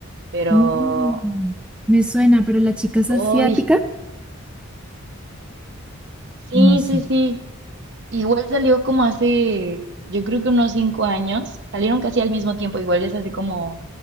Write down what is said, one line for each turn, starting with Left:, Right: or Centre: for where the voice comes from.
Right: pero
Centre: Mm, me suena, pero la chica es
Right: hoy
Centre: asiática.
Right: sí,
Centre: No sé.
Right: sí, sí. Igual salió como hace, yo creo que unos cinco años, salieron casi al mismo tiempo, igual es así como